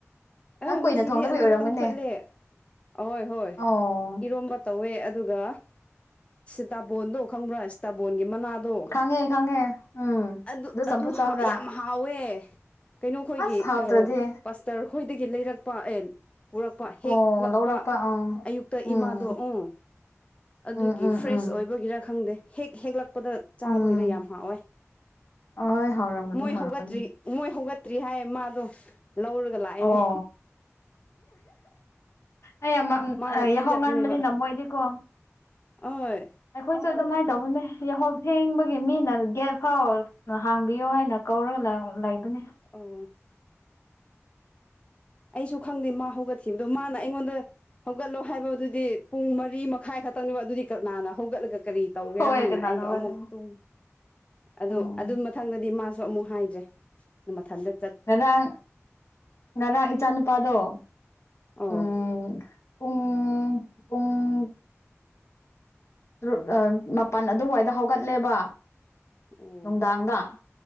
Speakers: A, on the left; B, on the left.
A: ꯑꯥ
B: ꯅꯪ ꯀꯨꯏꯅ
A: ꯉꯁꯤꯗꯤ
B: ꯊꯣꯡꯗꯕꯩ
A: ꯑꯗꯨ
B: ꯑꯣꯏꯔꯝꯒꯅꯤ
A: ꯈꯛꯇꯪ ꯐꯨꯠꯂꯦ ꯑꯣꯏ ꯍꯣꯏ
B: ꯑꯣ
A: ꯏꯔꯣꯝꯕ ꯇꯧꯋꯦ ꯑꯗꯨꯒ ꯁꯤꯇꯥꯐꯣꯟꯗꯣ ꯈꯪꯕ꯭ꯔꯥ ꯁꯤꯇꯥꯐꯣꯟꯒꯤ ꯃꯅꯥꯗꯣ
B: ꯈꯪꯉꯦ ꯈꯪꯉꯦ ꯎꯝ
A: ꯇꯣ ꯑꯗꯨ
B: ꯆꯝꯐꯨꯠ
A: ꯑꯗꯨ
B: ꯆꯥꯕ꯭ꯔꯥ
A: ꯌꯥꯝ ꯍꯥꯎꯋꯦ ꯀꯩꯅꯣꯈꯣꯏꯒꯤ
B: ꯑꯁ ꯍꯥꯎꯇ꯭ꯔꯗꯤ
A: ꯑꯥ ꯄꯥꯁꯇꯔ ꯑꯩꯈꯣꯏꯗꯒꯤ ꯂꯩꯔꯛꯄ ꯑꯦ ꯄꯨꯔꯛꯄ ꯍꯦꯛꯂꯛꯄ
B: ꯑꯣ ꯂꯧꯔꯛꯄ ꯑꯪ
A: ꯑꯌꯨꯛꯇ
B: ꯎꯝ
A: ꯏꯃꯥꯗꯣ ꯎ ꯑꯗꯨꯒꯤ
B: ꯎꯝ ꯎꯝ
A: ꯐ꯭ꯔꯦꯁ
B: ꯎꯝ
A: ꯑꯣꯏ ꯑꯗꯨꯒꯤꯔ ꯈꯪꯗꯦ ꯍꯦꯛ ꯍꯦꯛꯂꯛꯄꯗ ꯆꯥꯕꯒꯤꯅ
B: ꯎꯝ
A: ꯌꯥꯝ ꯍꯥꯎꯋꯦ
B: ꯑꯍꯣꯏ ꯍꯥꯎꯔꯝꯒꯅꯤ
A: ꯃꯣꯏ
B: ꯍꯥꯎꯔꯝ
A: ꯍꯧꯒꯠꯇ꯭ꯔꯤ ꯃꯣꯏ ꯍꯧꯒꯠꯇ꯭ꯔꯤ ꯍꯥꯏ ꯃꯥꯗꯣ ꯂꯧꯔꯒ ꯂꯥꯛꯏꯅꯦ꯫
B: ꯑꯣ ꯑꯩ ꯑꯃ
A: ꯃꯥ ꯋꯥꯛꯀꯤꯡ
B: ꯌꯥꯍꯧ
A: ꯆꯠꯄꯅꯦꯕ
B: ꯉꯥꯟꯕꯅꯤꯅ ꯃꯣꯏꯗꯤꯀꯣ꯫
A: ꯑꯣꯏ꯫
B: ꯑꯩꯈꯣꯏꯁꯨ ꯑꯗꯨꯃꯥꯏꯅ ꯇꯧꯕꯅꯦ ꯌꯥꯍꯧ ꯊꯦꯡꯕꯒꯤ ꯃꯤꯅ ꯒꯦꯠ ꯐꯥꯎ ꯍꯥꯡꯕꯤꯌꯣ ꯍꯥꯏꯅ ꯀꯧꯔꯒ ꯂꯩꯕꯅꯦ꯫
A: ꯎꯝ꯫ ꯑꯩꯁꯨ ꯈꯪꯗꯦ ꯃꯥ ꯍꯧꯒꯠꯈꯤꯕꯗꯣ ꯃꯥꯅ ꯑꯩꯉꯣꯟꯗ ꯍꯧꯒꯠꯂꯣ ꯍꯥꯏꯕꯗꯨꯗꯤ ꯄꯨꯡ ꯃꯔꯤ ꯃꯈꯥꯏ ꯈꯛꯇꯪꯅꯦꯕ ꯑꯗꯨꯗꯤ ꯀꯅꯥꯅ ꯍꯧꯒꯠꯂꯒ ꯀꯔꯤ ꯇꯧꯒꯦꯔꯥ
B: ꯍꯣꯏ
A: ꯍꯥꯏꯅ
B: ꯀꯅꯥꯅ
A: ꯑꯩꯗꯣ
B: ꯍꯧꯒꯠꯀꯅꯤ
A: ꯑꯃꯨꯛ ꯇꯨꯝ ꯑꯗꯣ
B: ꯎꯝ
A: ꯑꯗꯨ ꯃ ꯃꯊꯪꯗꯗꯤ ꯃꯥꯁꯨ ꯑꯃꯨꯛ ꯍꯥꯏꯗ꯭ꯔꯦ ꯃꯊꯟꯗ.
B: ꯉꯔꯥꯡ ꯉꯔꯥꯡ ꯏꯆꯥ ꯅꯨꯨꯄꯥꯗꯣ
A: ꯑꯣ꯫
B: ꯎꯝ ꯄꯨꯡ ꯄꯨꯡ ꯇꯔꯨꯠ ꯃꯄꯟ ꯑꯗꯨꯋꯥꯏꯗ ꯍꯧꯒꯠꯂꯦꯕ꯫
A: ꯑꯣ
B: ꯅꯨꯡꯗꯥꯡꯗ